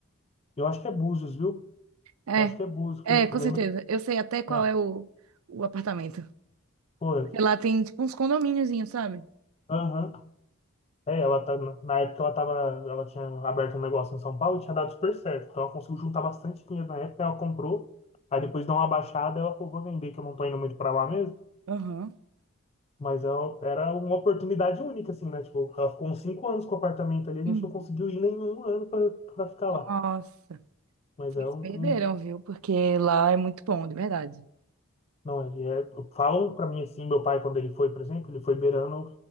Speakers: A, on the left; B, on the right.
A: Eu acho que é Búzios, viu?
B: É,
A: Eu acho que é Búzios,
B: é,
A: porque
B: com
A: eu
B: certeza.
A: lembro.
B: Eu sei até qual
A: É,
B: é o, o apartamento.
A: foi
B: Porque
A: eu-
B: lá tem, tipo, uns condomíniozinhos, sabe?
A: Aham. É, ela tá, na na época ela tava, ela tinha aberto um negócio em São Paulo e tinha dado super certo. Então ela conseguiu juntar bastante dinheiro na época, ela comprou. Aí depois deu uma baixada, ela falou, vou vender, que eu não tô indo muito pra lá mesmo.
B: Aham.
A: Mas ela, era uma oportunidade única, assim, né? Tipo, ela ficou uns cinco anos com o apartamento ali, a gente
B: Uhum.
A: não conseguiu ir nenhum ano pra, pra ficar
B: Nossa,
A: lá. Mas
B: vocês
A: é um,
B: perderam,
A: um
B: viu? Porque lá é muito bom, de verdade.
A: Não, ele é, falam pra mim assim, meu pai quando ele foi, por exemplo, ele foi beirando